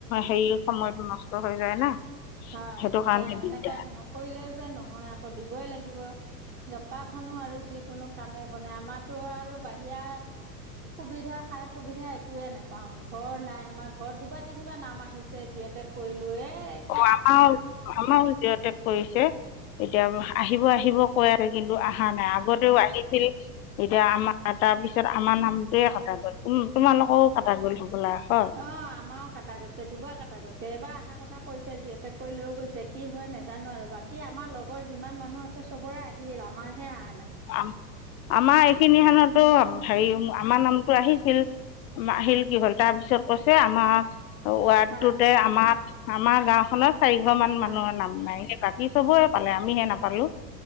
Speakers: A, on the left; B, on the right.
A: হেৰি সময়টো নষ্ট হৈ যায় না।
B: হয়।
A: সেইটো
B: এতিয়া
A: কাৰণে
B: সেনেকে
A: দিগদাৰ
B: নকৰিলে যে নহয় আক দিবই লাগিব। জব কাৰ্ড খনো আৰু যিকোনো কামে বনাই, আমাৰো আৰু বাহিৰা সুবিধা খাই সুবিধা একয়ে নেপাও। ঘৰ নাই আমাৰ ঘৰত দুবাৰ তিনিবাৰ নাম আহিছে যিহতে কৰিলো এ
A: অঁ আমাৰ আমা জিৰ টেগ কৰিছে এতিয়া আহিব আহিব কৈ কিন্তু অহা নাই আগতেও আহিছিল। এতিয়া আমাৰ তাৰপিছত আমাৰ নামটোৱে কটা গ'ল। তোমালো কওঁ কটা গ'ল হ'বলা হয়
B: অঁ আমাৰও কটা গৈছে, দুবাৰ কটা গৈছে, এবাৰ অহাৰ কথা। কৈছে যিওঁতেক কৈ লৈ গৈছে। কি হয় নাজানো আৰু? বাকী আমাৰ লগৰ যিমান মানুহ আছে চবৰে আহিল, আমাৰহে অহা নাই।
A: <unintelligible> আমাৰ এইখিনিখনতো হেৰি, আমাৰ নামটো আহিছিল, আহিল কি হ'ল তাৰপিছত কৈছে আমাৰ ৱাৰ্ডটোতে
B: হয়
A: আমাৰ আমাৰ গাঁওখনত চাৰিঘৰ মান
B: হয়
A: মানুহৰ নাম নাই বাকী চবয়ে পালে আমিহে নাপালো।